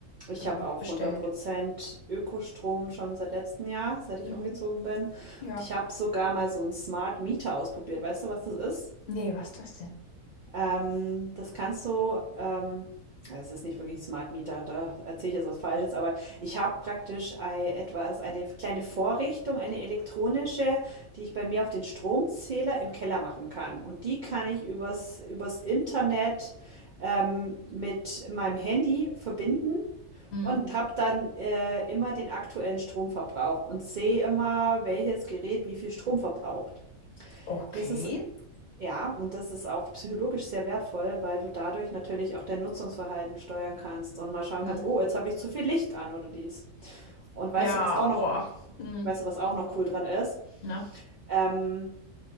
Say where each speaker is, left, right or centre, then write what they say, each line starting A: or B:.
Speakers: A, on the right (about 75°); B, on the left (about 80°).
A: Ich
B: ähm,
A: habe auch
B: bestellt.
A: hundert Prozent Ökostrom schon seit letztem Jahr, seit ich
B: Mhm.
A: umgezogen bin. Und
B: Ja.
A: ich habe sogar mal so einen Smart Meter ausprobiert. Weißt du, was das ist?
B: Nee, was ist das denn?
A: Ähm, das kannst du, ähm, ja, es ist nicht wirklich ein Smart Meter, da erzähle ich jetzt was Falsches, aber ich habe praktisch ei- etwas, eine kleine Vorrichtung, eine elektronische, die ich bei mir auf den Stromzähler im Keller machen kann. Und die kann ich übers, übers Internet ähm, mit meinem Handy verbinden.
B: Mhm.
A: Und habe dann äh, immer den aktuellen Stromverbrauch und sehe immer, welches Gerät wie viel Strom verbraucht.
B: Okay.
A: Das ist ja, und das ist auch psychologisch sehr wertvoll, weil du dadurch natürlich auch dein Nutzungsverhalten steuern kannst und mal schauen
B: Mhm.
A: kannst, oh, jetzt habe ich zu viel Licht an oder dies. Und weißt
B: Ja,
A: du, was auch noch,
B: boah. Mhm.
A: weißt du, was auch noch cool dran ist?
B: Na.
A: Ähm,